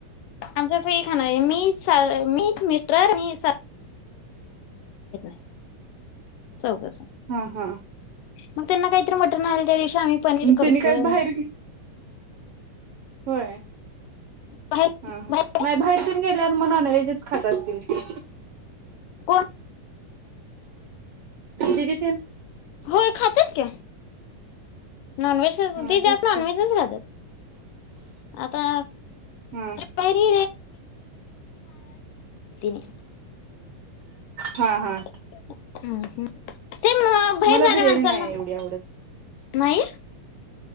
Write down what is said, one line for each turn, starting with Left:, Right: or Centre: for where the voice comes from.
Left: आमच्याच <unintelligible> मी. मी एक मिस्टर आणि <unintelligible> चौघ जण.
Right: हा हा हा
Left: मग त्यांना काहीतरी मटण आले त्या दिवशी आम्ही पनीर करतोय.
Right: त्यांनी काय बाहेर गे होय,
Left: बाहेर
Right: हा हा.
Left: बाहेर
Right: नाही बाहेर तेन गेल्या वर मग नॉन व्हेज खात असतील ते.
Left: <unintelligible>
Right: दिदी तेन
Left: होय, खातेत की. नॉनव्हेज ख
Right: हा
Left: ते जास्त
Right: तेच
Left: नॉनव्हेजच
Right: की
Left: खातात. आता
Right: हा.
Left: परी <unintelligible>
Right: हा हा.
Left: हम्म हम्म, ते म बाहेर
Right: मला
Left: जाणार
Right: बिर्याणी
Left: माणसांना
Right: नाही एवढी आवडत
Left: नाही.